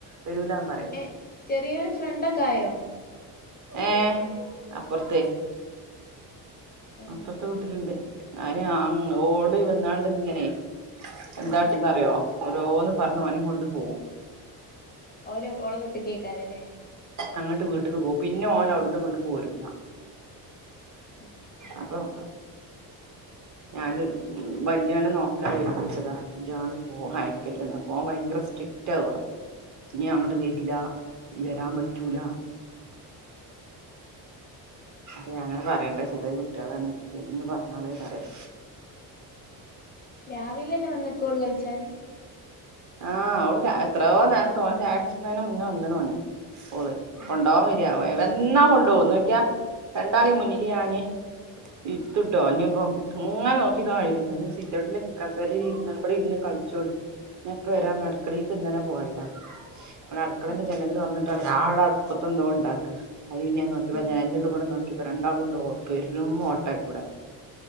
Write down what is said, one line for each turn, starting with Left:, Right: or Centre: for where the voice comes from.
Right: വരൂലാന്ന് പറയ.
Left: എഹ് ചെറിയോന് ഫ്രണ്ടൊക്കെ ആയോ?
Right: ഏഹ് അപ്പൊർത്തെയ്.
Left: ഏഹ്
Right: അപ്പൊർത്തെ വീട്ട്ൽ ഇണ്ട്. അയിന് അങ്ങ് ഓള് വന്ന് ആണ്ട് ഇങ്ങെനെയ് എന്താട്ടുംന്ന്
Left: ആഹ്
Right: അറിയോ ഓരോന്ന് പർഞ്ഞ് ഓനിം കൊണ്ട് പോവും
Left: ഓൽ ഓളെ വീട്ട്ക്ക് എയ്ക്കാരംലെ
Right: അങ്ങെട്ട് വീട്ട്ക്ക് പോവും. പിന്നെ ഓൻ അയുട്ന്ന് ഇങ്ങെട്ട് പോരൂലാ.
Left: അ
Right: അപ്പം ഞാൻ വല്ല്യോനെ നോക്കാ ഏൽപ്പിച്ചെതാ ഇജ്ജ് ആണ്ട് പോ അയക്കെല്ലെ എടാ അപ്പം ഓൻ ഭയങ്കെര സ്ട്രിക് നി അങ്ങോട്ടുവരില്ല വരാൻ പറ്റൂല ഇനി അങ്ങനെ പറയണ്ട ചെറിയകുട്ടികളാണ് വീട്ടീന്ന് പറഞ്ഞാളി പറേം
Left: രാവിലന്നെ വന്നേക്കുഓള് കളിച്ചാന്
Right: ആ ഓള് രാ എത്രയോ നേരത്തെ ഓൻ ചായ കുടിച്ചണീന്റെ മുന്നേ വന്നുണുഓൻ ഓള്
Left: ആഹ്
Right: കൊണ്ടുകാൻ വരാ യാ വന്നാവൻ കൊണ്ടോകും നോക്ക്യ രണ്ടാളേം മുന്നില്
Left: ആഹ്
Right: ഞാന് ഇരുത്തുട്ടോ ഇനിയിപ്പം ഇങ്ങനെ നോക്കിക്കാൻ കഴിയില്ലല്ലോ ഇനി സിറ്റൗട്ടിലെ കസേരലിരുന്നാലും ഇബടെ ഇരുന്ന് കളിച്ചോട് ഞാപ്പവരാ അടുക്കളയിലേക്ക് ഇങ്ങനെ പോയതാ അടുക്കളേന്റെ
Left: ഉം
Right: ജനൽ തുറന്നിട്ട് ഞാഅവടെ അടുപ്പത്തെന്തൊ ഒണ്ടാക്കാ അയിൽ പിന്നെ നോക്കിയപ്പോ
Left: ഉം
Right: ജനലിന്റെ ഉള്ളിലൂടെ നോക്കി പ്പൊ രണ്ടാളുണ്ട് പെരും ഓട്ടേക്കൂടെ